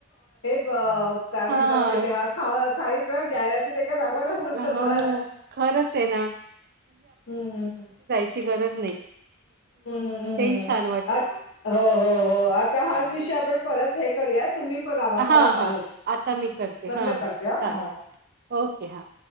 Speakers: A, on the left; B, on the right.
A: अ काय म्हणतात
B: हा
A: ते खा-खायच जाया ते एका दाखवतात तसं
B: हो खरंच आहे ना
A: हम्म हम्म हम्म.
B: ची गरज नाही
A: हम्म हम्म
B: तेही छान वाटतं.
A: आ हो हो हो आता हाच विषय आपण परत हे करूयात. तुम्ही तो कॉल लावा
B: हां,
A: चालेल,
B: हां. आता
A: हम.
B: मी करते.
A: बंद
B: हां, हां.
A: करते
B: चालेल.
A: हां.
B: ओके, हा.